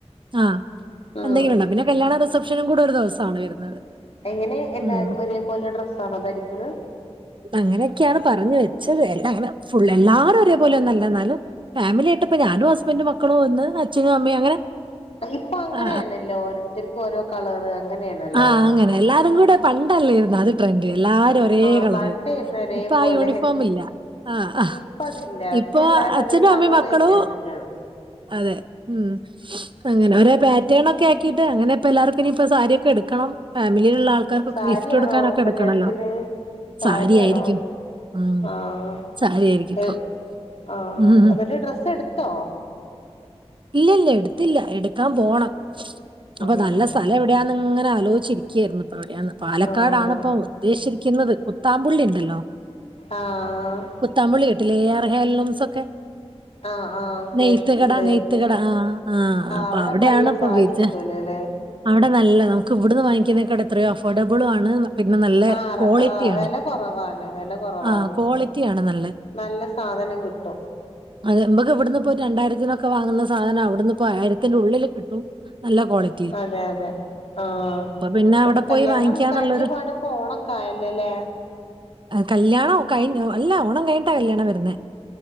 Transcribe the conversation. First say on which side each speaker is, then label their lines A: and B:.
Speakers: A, on the right; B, on the left.
A: ആഹ്
B: ആഹ്
A: എന്തെങ്കിലും ഉണ്ടാവും പിന്നെ കല്യാണ റിസപ്ഷനും കൂടെ ഒരു ദിവസാണ് വരുന്നത്
B: എങ്ങനെ എല്ലാരും
A: ഉം.
B: ഒരേപോലെ ഡ്രസ്സണോ ധരിക്ക്‌ണ്
A: അങ്ങനെയൊക്കെയാണ് പറഞ്ഞ് വെച്ചത് എല്ലാം അങ്ങനെ ഫുള്ള് എല്ലാരും ഒരേപോലെ ഒന്നല്ല ഇന്നാലും ഫാമിലിയായിട്ട്പ്പ ഞാനും ഹസ്ബന്റും മക്കളും ഒന്ന് അച്ഛനും അമ്മയും അങ്ങനെ.
B: ഇപ്പൊ അങ്ങനെയാണല്ലോ
A: ആ
B: ഓരോത്തര്ക്ക്‌ ഓരോ കളറ് അങ്ങനെയാണല്ലോ
A: ആഹ് അങ്ങനെ എല്ലാരും കൂടെ പണ്ടല്ലേര്ന്നൊ അത് ട്രെൻഡ് എല്ലാരും ഒരേ
B: ആഹ്
A: കളറ്
B: പണ്ടായിരുന്നു ഒരേപോലെ
A: ഇപ്പൊ ആ യൂണിഫോം ഇല്ല. ആഹ് ആ
B: ഇപ്പ അതില്ല
A: ഇപ്പൊ
B: എല്ലാരും
A: അച്ഛനും
B: ഓരോ കളർ
A: അമ്മയും മക്കളും.
B: ഏറ്റെടുത്തക്കാണ്
A: അതെ ഉം അങ്ങനെ ഒരേ പാറ്റേണൊക്കെ ആക്കിട്ട് അങ്ങനെ ഇപ്പ എല്ലാവർക്കും ഇനിപ്പോ സാരി ഒക്ക എടുക്കണം ഫാമിലിയിലുള്ള ആൾക്കാർക്കൊക്കെ
B: സാരിയാണോ
A: ഗിഫ്റ്റ് കൊടുക്കാനൊക്കെ
B: കല്യാണത്തിന്
A: എടുക്കണല്ലോ
B: സാരിയാണോ
A: സാരിയായിരിക്കും ഉം
B: ആഹ്
A: സാരിയായിരിക്കും ഇപ്പ
B: ആഹ്
A: ഉം
B: എന്നിട്ട് ഡ്രസ്സ് എടുത്തോ
A: ഇല്ല ഇല്ല എടുത്തില്ല എടുക്കാൻ പോണം അപ്പൊ
B: ആഹ്
A: നല്ല സ്ഥലം എവിടെയാന്ന് ഇങ്ങനെ ആലോചിച്ചിരിക്കുകയായിരുന്നു ഇപ്പവിടെയന്ന് പാലക്കാടാണിപ്പൊ
B: ആഹ്
A: ഉദ്ദേശിരിക്കുന്നത് കുത്താമ്പുള്ളി ഉണ്ടല്ലോ
B: ആഹ്
A: കുത്താമ്പുള്ളി കേട്ടില്ലേ എ ആർ ഹേലുംസൊക്കെ
B: ആഹ് ആഹ്
A: നെയ്ത്തുകട
B: കേട്ടിട്ടുണ്ട്
A: നെയ്ത്തുകട ആ ആഹ് അപ്പൊ
B: അവിടെ
A: അവിടെയാണപ്പൊ
B: നല്ല സാരി
A: വിചാ
B: കിട്ടൂലല്ലേ
A: അവിടെ നല്ല നമുക്ക് ഇവിടുന്ന് വാങ്ങിക്കുന്നേക്കാട് എത്രയോ അഫോർഡബിളും ആണ് പിന്നെ നല്ല
B: ആഹ്
A: ക്വാളിറ്റി
B: ആഹ്
A: ആണ്
B: വില കുറവാണ് വില കുറവാണ്
A: ആ ക്വാളിറ്റിയാണ് നല്ല
B: നല്ല സാധനം കിട്ടും
A: അത് ഇമ്പക്ക് ഇവിട്ന്ന്പ്പൊ ഒര് രണ്ടായിരത്തിനൊക്കെ വാങ്ങുന്ന സാധനം അവിടുന്ന് ഇപ്പോ ആയിരത്തിന്റെ ഉള്ളിൽ കിട്ടും നല്ല ക്വാളി
B: അതെ അതെ ആഹ്
A: പിന്നെ അവിടെ
B: കല്യാണം
A: പോയി വാങ്ങിക്കാന്നുള്ളൊരു
B: കഴിഞ്ഞ പാട് ഓണക്കെ ആയല്ലോല്ലെ
A: കല്യാണം കഴിഞ്ഞ അല്ല ഓണം കഴിഞ്ഞിട്ടാ കല്യാണം വെരുന്നെ